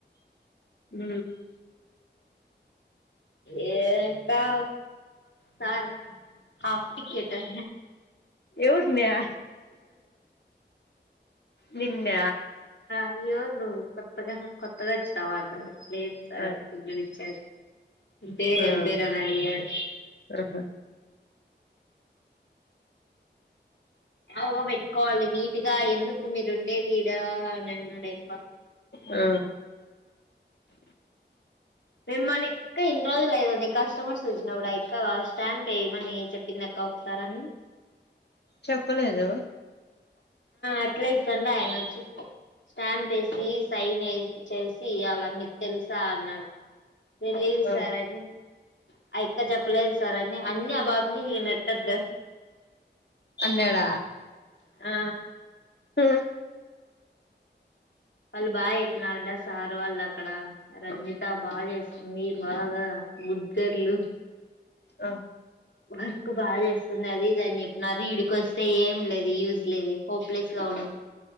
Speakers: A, on the left (about 65°); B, on the left (about 80°).
A: హ
B: ఏకా సార్ హాఫ్ టికెట్ అ
A: ఎవజ నయా నిన్న
B: అయ్యోరు నువ్వు కొత్తగా కొత్తగా ఇచ్చినావా అన్నాడు లేదు సార్
A: ఆ
B: కొం ఇచ్చ పేరు
A: ఆ
B: ఎం పేరు అని అడిగాడు
A: ఆహా
B: ఎకువ పెట్టుకోవాలి నీట్ గా ఎందుకు మీరు ఉండే తడా అని అన్నాడైప్ప
A: ఆ
B: మిమ్మని ఇంకా ఇన్ని రోజులు లేదుం కస్టమర్స్ వచ్చినా కూడా ఇంకా స్టాంప్ వేయమని చెప్పింది కౌపుతారాని
A: చెప్పలేదు
B: అట్లా సంండయ నుచ్చ స్టాంప్ వేసి సైన్ చేసి అలా మీకు తెలుసా అన్నారు తె లేదు
A: ఆ
B: సార అండి ఇక్క చెప్పలేదు సార్ అని అన్ని ఆ బాబ మీ నెట్టదు
A: పన్నడ
B: ఆ
A: హ
B: వాళ్ళు బాగా చెప్పినారంట సార్ వాళ్ళు అక్కడ రంజిత బాగా చేస్తుంది బాగా ముద్దర్లు
A: ఆ
B: వర్క్ బాగా చేస్తుంది అది ఇదిని చెప్పినారు ఇడికి వస్తే ఏం లేదు యూజ్ లేదు హోప్లెస్ గా ఉ